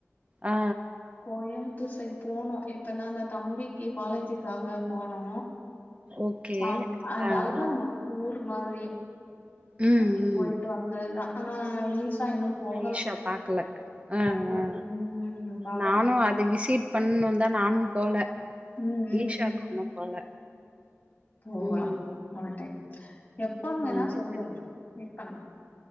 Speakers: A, on the right (about 25°); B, on the left (about 35°).
A: ஆ ஆ
B: கோயம்புத்தூர் சைட் போனு இப்ப நா அந்த தம்பிக்கு காலேஜுக்காக போனோ
A: ஓகே
B: ஆம் அந்த
A: ஆ
B: அதுதா
A: ஆ
B: நமக்கு ஊர் மாதிரியு
A: ம்
B: அப்டி
A: ம்
B: போயிட்டு வந்ததுதா ஆனா இ சா இன்னு போகல
A: ஈஷா பாக்கல ஆ
B: பாக்கல
A: ஆ
B: ம் பாக்கணும்
A: நானு அது விசிட் பண்ணுன் தா நானு போல
B: ம், ம்,
A: ஈஷா கொண்ணும் போல
B: போகலாமக்ஷ
A: ம்
B: ஒரு டைம் எப்பன்னு வேணா
A: ம்
B: சொல்லுங்க மீட் பண்ணலா